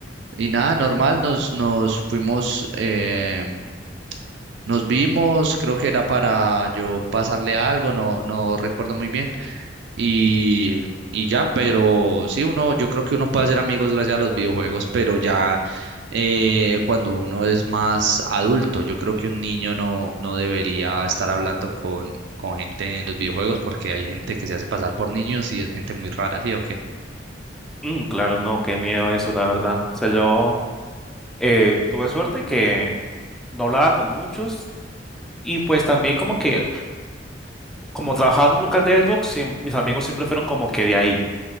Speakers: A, on the right; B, in the centre.
A: Y nada, normal, nos, nos fuimos, em, nos vimos, creo que era para yo pasarle algo, no, no recuerdo muy bien. Y, y ya, pero sí, uno, yo creo que uno puede hacer amigos gracias a los videojuegos, pero ya eh, cuando uno es más adulto, yo creo que un niño no, no debería estar hablando con, con gente en los videojuegos porque hay gente que se hace pasar por niños y es gente muy rara, ¿sí o qué?
B: Mm, claro, no, qué miedo eso, la verdad. O sea, yo eh, tuve suerte que no hablaba con muchos y pues también como que, como trabajaba en un local de Xbox, siem- mis amigos siempre fueron como que de ahí